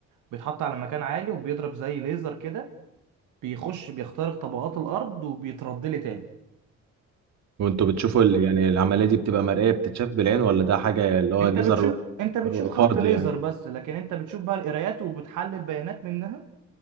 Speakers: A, on the right; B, on the right.
A: بيتحط على مكان عالي وبيضرب زي ليزر كده بيخش بيخترق طبقات الارض وبيترد لي تاني
B: وانتوا بتشوفوا ال... يعني العمليه دي بتبقى مرئيه بتتشاف بالعين ولا ده حاجه اللي هو
A: انت
B: ليزر
A: بتشوف انت بتشوف خط
B: فرض
A: ليزر
B: يعني
A: بس لكن انت بتشوف بقى القرايات وبتحلل بيانات منها